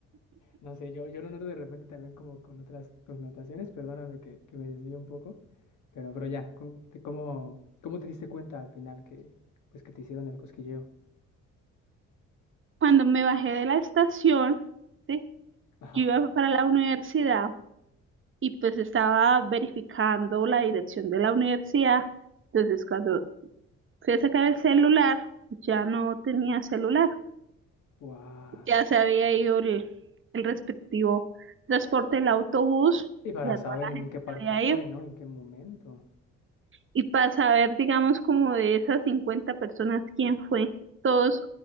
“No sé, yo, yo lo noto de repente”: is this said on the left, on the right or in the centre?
Left